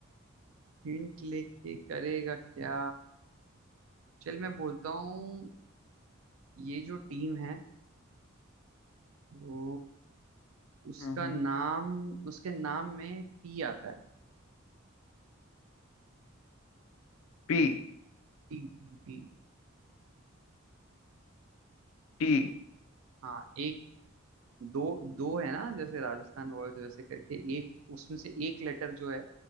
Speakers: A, on the right (about 85°); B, on the left (about 80°).
A: हिंट लेके करेगा क्या चल मैं बोलता हूँ ये जो टीम है वो उसका
B: हम्म
A: नाम उसके नाम में टी आता है
B: पी
A: T T T
B: टी
A: हाँ एक दो दो है ना जैसे राजस्थान रॉयल्स वैसे करके एक उसमें से एक लेटर जो है